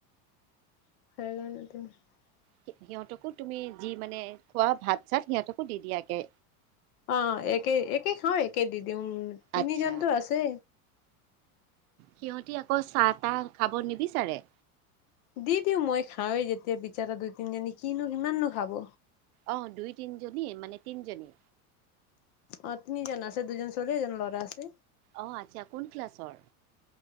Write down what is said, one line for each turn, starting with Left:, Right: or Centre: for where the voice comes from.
Left: <unintelligible>
Right: সি, সিহঁতকো তুমি যি মানে খোৱা ভাত-চাত সিহঁতকো দি দিয়াকে?
Left: অঁ একে, একে খাওঁ একে দি দিওঁ তিনিজনতো
Right: আচ্ছা
Left: আছে।
Right: সিহঁতি আকৌ চাহ-তাহ খাব নিবিচাৰে?
Left: দি দিওঁ মই খাওঁৱেই যেতিয়া বিচাৰা দুই তিনজনী কিনো কিমাননো খাব।
Right: অ' দুই তিনিজনীয়ে মানে তিনিজনী?
Left: অ' তিনিজন আছে। দুজন চলি এজন ল'ৰা আছে।
Right: অ' আচ্ছা কোন ক্লাছৰ?